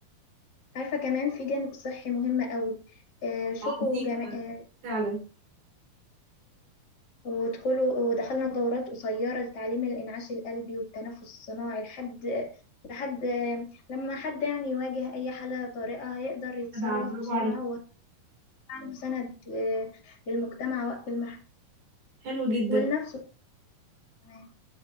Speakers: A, on the left; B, on the right.
A: عارفة كمان في جانب صحي مهم قوي آه، شوفوا
B: اه بسيطة
A: جمعية
B: ده فعلا
A: ودخلوا ودخلنا دورات قصيرة لتعليم الإنعاش القلبي والتنفس الصناعي لحد لحد آه، لما حد يعني يواجه أي حالة طارئة هيقدر يتصرف
B: تبع برافو
A: بسرعة
B: عليك
A: وعنده سند ل- للمجتمع وقت المحن
B: حلو جدا
A: ولنفسه كمان